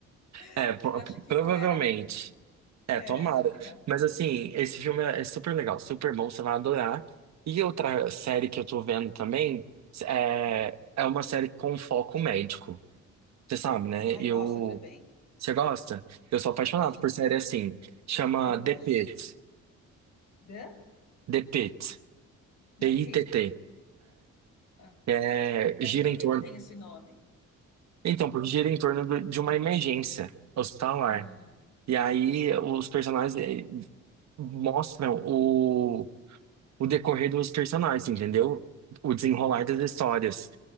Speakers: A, on the left; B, on the right.
A: <laughs>
B: É, po-
A: acho que
B: provavelmente.
A: não era muito.
B: É,
A: É,
B: tomara.
A: acho que não.
B: Mas assim, esse filme é é super legal, super bom, você vai adorar. E outra série que eu tô vendo também é,
A: É.
B: é uma série com foco médico. Você sabe,
A: Hum.
B: né?
A: Ai,
B: Eu.
A: gosto também.
B: Você gosta? Eu sou apaixonado
A: Gosto.
B: por série assim. Chama
A: Eu gosto.
B: The Pitt.
A: The,
B: The Pitt.
A: the
B: P-I-T-T.
A: Pit. Ah,
B: que É,
A: mas
B: gira
A: por
B: em
A: que
B: torno.
A: que tem esse nome?
B: Então, porque gira em torno do- de uma emergência hospitalar.
A: Hum,
B: E aí
A: hum,
B: os personagens eh, mostram o, o decorrer dos personagens, entendeu? O desenrolar
A: uhum.
B: das histórias